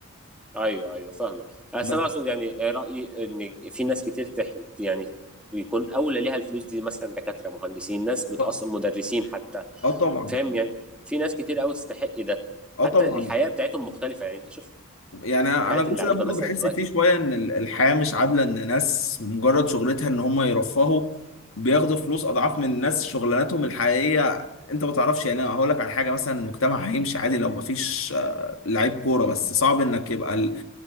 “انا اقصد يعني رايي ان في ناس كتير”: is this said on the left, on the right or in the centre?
Centre